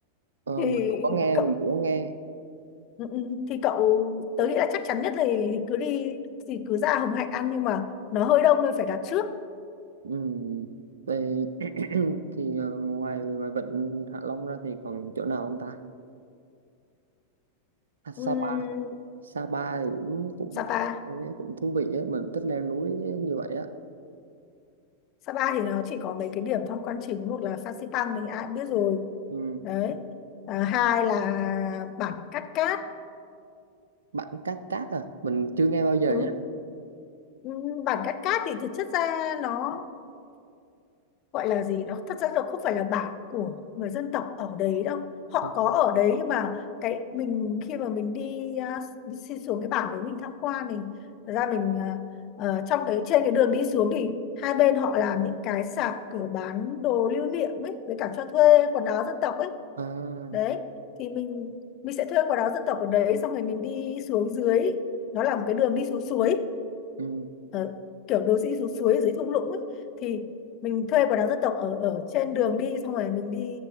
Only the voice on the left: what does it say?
thì
cậu
Ừ, ừ. thì cậu tớ nghĩ là chắc chắn nhất là thì cứ đi thì cứ ra Hồng Hạnh ăn nhưng mà nó hơi đông nên phải đặt trước
Ừm,
Sapa
Sapa thì nó chỉ có mấy cái điểm tham quan chính một là Phan Xipang mình ai cũng biết rồi
đấy à, hai là bản Cát Cát
ừ.
ừm, bản Cát Cát thì thực chất ra nó gọi là gì đó thật ra là không phải là bản của người dân tộc ở đấy đâu họ
có ở đấy nhưng mà cái mình khi mà mình đi à, xin xuống cái bản đấy mình tham quan thì thật ra mình à, ờ, trong cái trên cái đường đi xuống thì hai bên họ làm những cái sạp kiểu bán đồ lưu niệm ấy với cả cho thuê quần áo dân tộc ấy
đấy thì mình mình sẽ thuê quần áo dân tộc ở đấy xong rồi mình đi xuống dưới nó là một cái đường đi xuống suối
ờ, kiểu đồ sĩ xuống suối ở dưới thung lũng ấy. thì mình thuê quần áo dân tộc ở ở trên đường đi xong rồi mình đi